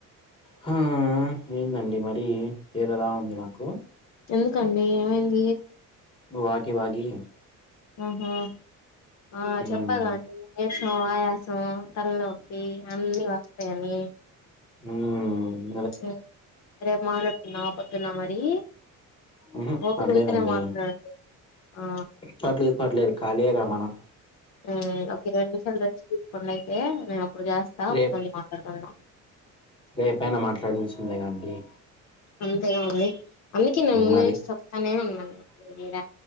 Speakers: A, on the left; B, on the left.
A: హా ఏందండి మరి ఏదోలా ఉంది నాకు
B: ఎందుకండి ఏమైంది
A: వాగి వాగి
B: ఆహా ఆ
A: ఉమ్
B: చెప్పాలండి నే ఆయాసం తల్ నో పి అన్ని వస్తాయని
A: ఊమ్
B: రేరేపు మాట్లాడుకుందామ పౌ దున్నా మరి
A: ఉ హు
B: ఓపిక
A: పర్లేదండి
B: ఉంటేనే మాట్లాడండి ఆ
A: పర్లేదు పర్లేదు ఖాళీయే గ మనం
B: ఉమ్ ఒక ఇరవై నిమిషాలు రెస్ట తీసుకోండి అయితే అప్పుడు చేస్తా అప్పుడు
A: రేపు
B: మళ్ళీ మాట్లాడుకుందాం
A: రేపయినా మాట్లాడాల్సిందే కానీ ఇ
B: అంతేగా అండి అందుకే నే ముందు
A: మరి
B: నుంచి చెప్తానే ఉన్నాను మిర